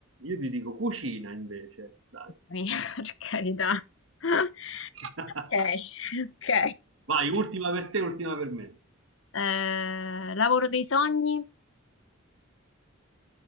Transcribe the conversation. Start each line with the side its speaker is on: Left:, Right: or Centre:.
Right: Io ti dico cucina invece, dai.
Left: mia, <laughs> per carità. <laughs>
Right: <laughs>
Left: Ok, ok.
Right: Vai, ultima per te, ultima per me.
Left: Eh, lavoro dei sogni?